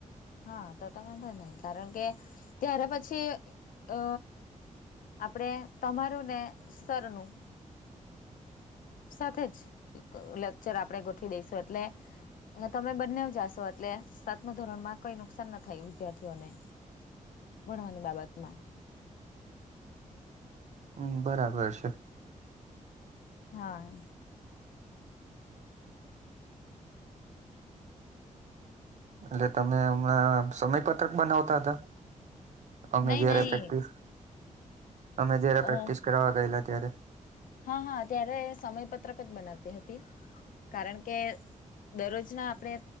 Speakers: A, on the left; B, on the right.
A: હા તો તો વાંધો નહી કારણ કે ત્યારે પછી અ આપડે તમારું ને સરનું સાથે જ લેક્ચર આપણેે ગોઠવી દઈશું એટલે તમે બંને જાશો એટલે સાતમા ધોરણ માં કઈ નુકસાન ના થાય વિદ્યાર્થીઓને ભણવાની બાબતમાં.
B: હમ બરાબર છે.
A: હા.
B: એટલે તમે હમણાં સમય પત્રક બનાવતા હતા.? અમે
A: નહી
B: જયારે
A: નહી
B: પ્રેક્ટિસ અમે જારે
A: અ
B: પ્રેક્ટિસ કરવાવા ગયેલા ત્યારે.?
A: હા હા ત્યારે સમય પત્રક જ બનાવતી હતી. કારણ કે દરરોજ ના આપણેે